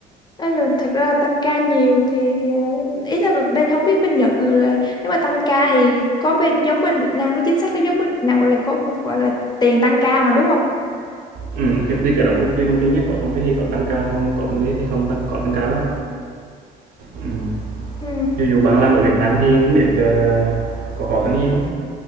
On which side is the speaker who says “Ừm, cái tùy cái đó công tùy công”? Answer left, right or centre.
Right